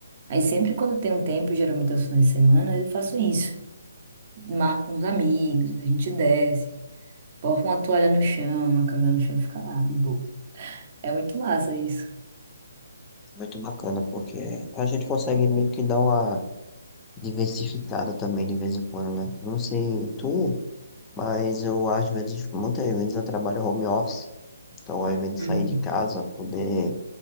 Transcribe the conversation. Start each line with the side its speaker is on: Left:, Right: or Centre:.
Right: Aí sempre quando tem um tempo, geralmente aos finais de semana, eu faço isso. Marco com os amigos, a gente desce. Porra uma toalha no chão, uma canga no chão e fica lá, de boa. É muito massa isso.
Left: muito bacana, porque a gente consegue meio que dar uma diversificada também de vez em quando, né? Não sei tu, mas eu às vezes, muitas vezes eu trabalho home office, então ao invés de
Right: Uhum.
Left: sair de casa, poder